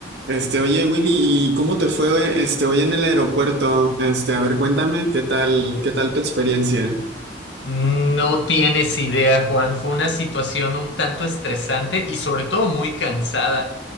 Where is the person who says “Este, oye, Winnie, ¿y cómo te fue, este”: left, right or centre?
Right